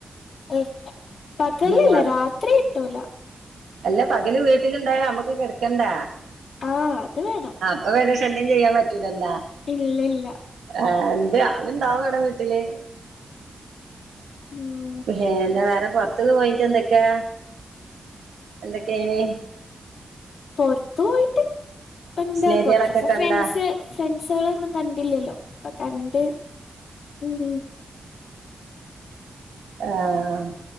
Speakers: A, on the left; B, on the right.
A: ഇല്ല പകലല്ല
B: പിന്നെ
A: രാത്രി ഇട്ടൂല
B: അല്ല പകല് വീട്ടിലിണ്ടായാലും അമ്മക്ക് കിടക്കണ്ടാ
A: ആഹ് അത് വേണം
B: അഹ് വരേ ശല്യം ചെയ്യാൻ പറ്റൂലല്ലാ
A: ഇല്ല ഇല്ല
B: ആഹ് എന്ത് ആളുണ്ടാവും അടാ വീട്ടില്
A: ഉം
B: പക്ഷെ ന്നെ വേറെ പൊർത്തക്കെ പോയിട്ട് എന്തൊക്കെ എന്തൊക്കെയിന്
A: പൊർത്ത് പോയിട്ട് എന്താ
B: സ്നേഹിതികളൊക്കെ
A: കൊർച്ച് സം
B: കണ്ടാ
A: ഫ്രണ്ട്സ് ഫ്രണ്ട്സുകളൊന്നും കണ്ടില്ലല്ലോ ഇപ്പൊ കണ്ട് ഉം
B: ആഹ്